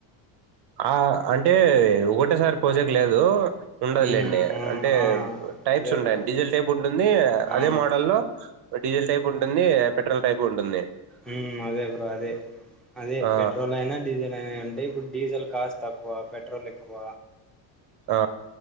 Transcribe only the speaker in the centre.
ఉమ్ ఆ
ఆ
అదే
బ్రో
ఆ
మ్మ్ అదే బ్రో అదే అదే
పెట్రోల్ అయినా డీజల్ అయినా ఉంటయి ఇప్పుడు డీజిల్ కాస్త తక్కువ పెట్రోల్ ఎక్కువ